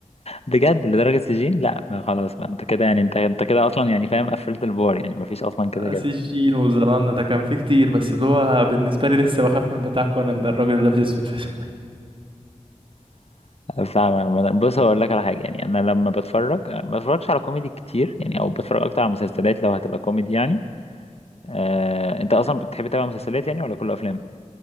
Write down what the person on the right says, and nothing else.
آه، سجين وزنان ده كان فيه كتير بس اللي هو بالنسبة لي لسه بخاف من بتاع كونان ده الراجل اللي لابس اسود في اسود. <laughs>